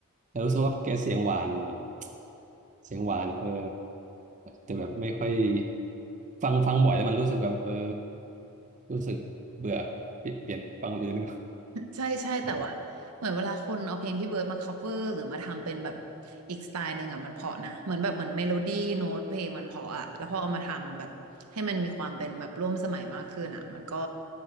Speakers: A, on the right (about 35°); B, on the right (about 80°).
A: แต่รู้สึกว่าแกเสียงหวานแบบเสียงหวานอะเออแต่แบบไม่ค่อยฟังฟังบ่อยแล้วมันรู้สึกแบบเออรู้สึกเบื่อเปลี่ยนเปลี่ยนฟังคนอื่นดีกว่า
B: ใช่ใช่แต่ว่าเหมือนเวลาคนเอาเพลงพี่เบิร์ดมา
A: เออ
B: cover หรือมาทำเป็นแบบอีกสไตล์หนึ่งอ่ะมันเพราะนะเหมือนแบบเหมือนเมโลดี้โน้ตเพลงมันเพราะอ่ะแล้วพอเอามาทำแบบให้มันมีความเป็นแบบร่วมสมัยมากขึ้นอ่ะมันก็